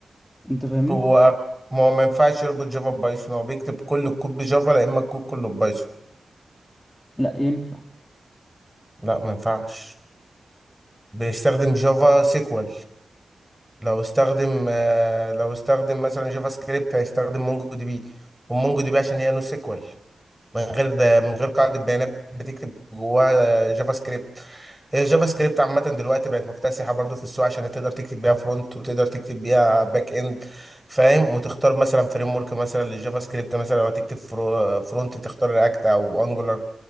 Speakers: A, on the left; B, in the centre.
A: انت فاهمني
B: هو ما هو ما ينفعش يربط جافا ببايثون هو بيكتب كل الكود بجافا لا اما الكود كله ببايثون
A: لا ينفع
B: لا ما ينفعش بيستخدم جافا سيكوال لو استخدم آه، لو استخدم مثلا جافا سكريبت هيستخدم مونجو دي بي ومونجو دي بي عشان هي نو سيكوال من غير من غير قاعدة بيانات بتكتب جواها جافا سكريبت هي الجافا سكريبت عامة دلوقتي بقت مكتسحة برضو في السوق عشان تقدر تكتب بيها فرونت وتقدر تكتب بيها باك اند فاهم وتختار مثلا فريم ورك مثلا للجافا سكريبت مثلا لو هتكتب فرو- فرونت تختار رياكت او انجولار